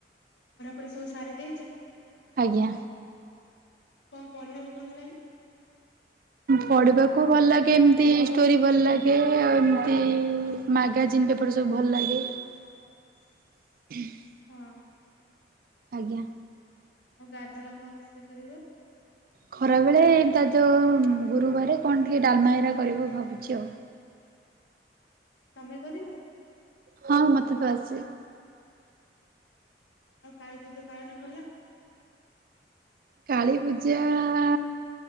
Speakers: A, on the left; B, on the right.
A: ପଢାପଢି ସବୁ ସାରି ଦେଇଛ?
B: ଆଜ୍ଞା।
A: କଣ ପଢିବାକୁ ଭଲ ଲାଗେ?
B: ପଢିବାକୁ ଭଲ ଲାଗେ ଏମତି ଷ୍ଟୋରି ଭଲ ଲାଗେ ଆଉ ଏମତି ମାଗାଜିନ୍ ଯେପରି ସବୁ ଭଲ ଲାଗେ।
A: <inaudible>
B: <inaudible>
A: ହଁ।
B: ଆଜ୍ଞା।
A: ଆଉ ଗାଧୁଆ ବେଳେ କଣ ରୋଷେଇ କରିବ?
B: ଖରା ବେଳେ ତା ଯୋ ଗୁରୁବାରେ କଣ ଟିକେ ଡାଲମାଇରା କରିବ ଭାବୁଛି ଆଉ।
A: ତମେ କରିବ?
B: ହଁ ମତେ ତ ଆସେ।
A: ଆଉ କାଳୀ ପୂଜା ପାଳନ କଲ?
B: କାଳୀ ପୂଜା ଆ